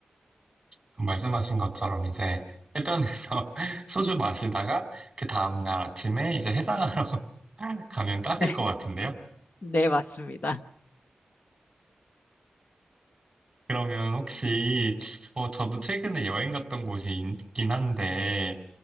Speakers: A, on the right; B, on the left.
A: 그 말씀하신 것처럼 이제 해변에서 <laughs> 소주 마시다가 그 다음날 아침에 이제 해상하러 <laughs> 가면 딱일
B: 네, <laughs>
A: 것 같은데요?
B: 네, 맞습니다.
A: 그러면 혹시, 어, 저도 최근에 여행 갔던 곳이 있긴 한데,